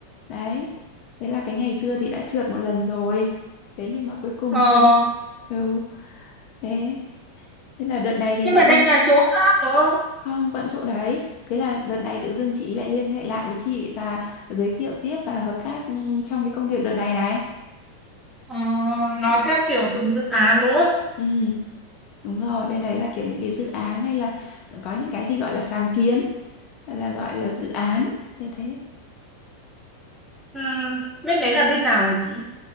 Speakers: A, on the left; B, in the centre.
A: Đấy. Thế là cái ngày xưa thì đã trượt một lần rồi. Thế nhưng mà cuối cùng
B: Ờ.
A: thì ừ thế thế là đợt này thì
B: Nhưng
A: tự
B: mà
A: dưng
B: đây là chỗ khác đúng không?
A: không, vẫn chỗ đấy. Thế là đợt này tự dưng chị lại liên hệ lại với chị và giới thiệu tiếp và hợp tác ừ, trong cái công việc đợt này này.
B: Ờ, nói
A: Ừ.
B: theo kiểu từng dự án đúng không?
A: Ừ, đúng rồi, bên đấy là kiểu những cái dự án hay là có những cái thì gọi là sáng kiến, là gọi là dự án, như thế.
B: Ừ. Bên đấy
A: Ừ.
B: là bên nào hả chị?